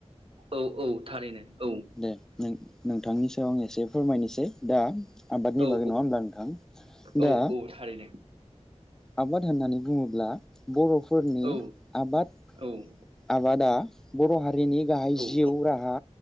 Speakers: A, on the right (about 50°); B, in the centre.
A: औ औ थारैनो औ
B: दे नों नोंथांनि सायाव आं एसे फोरमायनोसै दा आबादनि
A: औ
B: बागै नङा होमब्ला नोंथां
A: औ
B: दा
A: औ थारैनो
B: आबाद होननानै बुङोब्ला बर' फोरनि
A: औ
B: आबाद
A: औ
B: आबादा बर' हारिनि गाहाय
A: औ
B: जिउ राहा